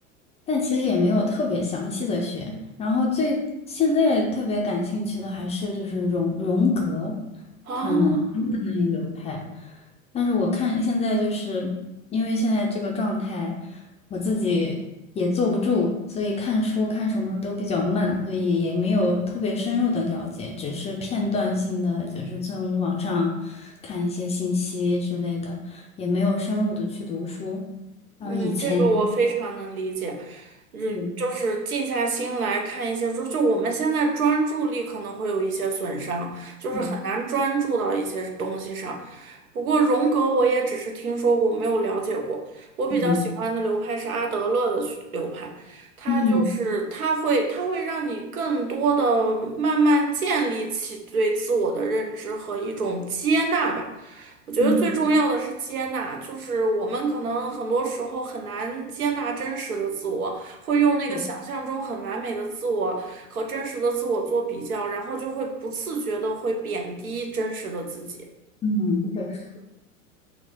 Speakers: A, on the left (about 15°); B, on the right (about 80°).
A: 但其实也没有特别详细的学。然后最现在特别感兴趣的还是就是荣荣格
B: 啊？
A: 他们他们的那一流派。但是我看现在就是因为现在这个状态，我自己也坐不住，所以看书看什么都比较慢，所以也没有特别深入的了解，只是片段性的，就是从网上看一些信息之类的。也没有深入的去读书。然后以前
B: 嗯，这个我非常能理解，嗯，
A: 嗯，
B: 就是静下心来看一些书，就我们现在专注力可能会有一些损伤，就是很难专注到一些东西上。
A: 对，
B: 不过荣格我也只是听说过，没有了解过。我比较喜欢的流派是阿德勒的学流派，
A: 嗯
B: 他就是他会他会让你更多的慢慢建立起对自我的认知和一种接纳吧。
A: 嗯
B: 我觉得最重要的是接纳，
A: 嗯，
B: 就是我们可能很多时候很难接纳真实的自我，会用那个想象中很完美的自我和真实的自我做比较，
A: 对，
B: 然后就会不自觉的会贬低真实的自己。
A: 嗯，确实。